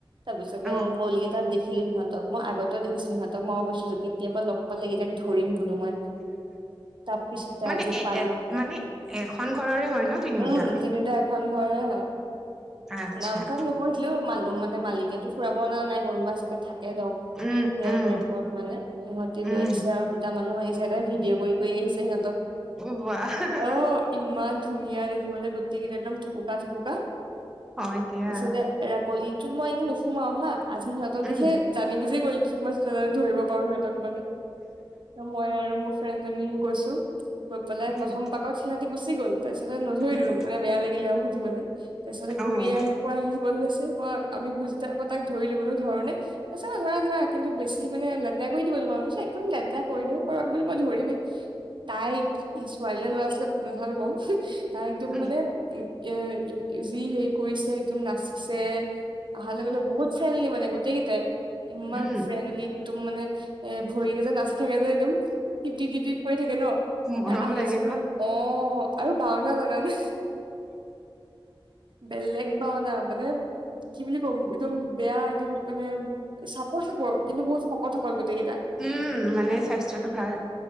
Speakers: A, on the right; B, in the centre.
A: তাৰপিছতে
B: অ'
A: তাত দেখিলোঁ সিহতক মই আগতেও দেখিছো সিহঁক মই অৱশ্যে কেতিয়াবা লগ পালেইটাক ধৰিম বোলো মই <inaudible> তাৰ পিছতে
B: মানে
A: আজি
B: এ
A: পালোঁ
B: এ মানে এখন ঘৰৰে হয় ন তিনিওটা
A: উম তিনিটা। ভাল ঘৰে হয়।
B: আচ্ছা
A: নাম চাম নোখোধিলোও মানুহ মানে মালিকেতো ফুৰাব ন নাই কোনোবা চাগে থাকে। এ ডাক্টৰ
B: উম উম
A: টাইপৰ মানে সিহতি লৈ
B: উম
A: আহিছে আৰু দুটা মানুহ আহিছে। তাই ভিডিঅ' কৰি আহিছে সিহঁতক
B: উ ববা হা
A: অ
B: হ।
A: ইমান ধুনীয়া দেখিবলৈ গোত ই কেইটা থুপুকা থুপুকা।
B: হয় দিয়া
A: পিছতে এ গলিটোত মই এনেই নুসোমাও হা আজি সিহঁতক
B: উম
A: দেখে জানি বুজি গলিটো সিহতক দুটা ধৰিব পাৰোঁ সিহঁতক মানে মই আৰু মোৰ ফ্ৰেণ্ড জনী গৈছোঁ গৈ পেলাই
B: উম
A: প্ৰথম পাকত সিহঁতি গুচি গ'ল তাৰপিছতে নধৰি
B: উম
A: বেয়া লাগিলে আৰু সুধিবলৈ তাৰ পিছতে ঘূৰি
B: অ'
A: আহি আকৌ আহি গ'ল লৈ মই আমি ঘূৰি যতে আকৌ তাক ধৰিলো ধৰণে তছতা ধৰা ধৰা কিন্তু বেছি মানে লেতেৰা কৰি দিব লো আৰু একো লেতেৰা কৰিলোঁ কৰক বুলি মই ধৰিলো তাই ছোৱালী ল'ৰা ছোৱালীয়ে নাথালো বাৰু তাই একদম
B: উম
A: মানে একে যি হেৰি কৰিছে একদম নাচিছে। অহাৰ লগে, লগে বহুত ফ্ৰেণ্ডলি মানে গোটেইকেইটাই ইমান
B: উম
A: ফ্ৰেণ্ডলি একদম মানে এ ভৰি কিতা নাছিল থাকে যে একদম তিপ্তি, তিপ্তিত পৰি থাকে ন
B: মৰম
A: আহিছ
B: লাগে
A: ন অ', আৰু বাওনা জানানে বেলেগ বাওনা মানে কি বুলি ক'ম একদম বেয়া একদম মানে চাপৰ, চাপৰ কিন্তু বহুত শকত, শকত গোটেইকেইটা
B: উম, মানে স্বাস্থ্যটো ভাল।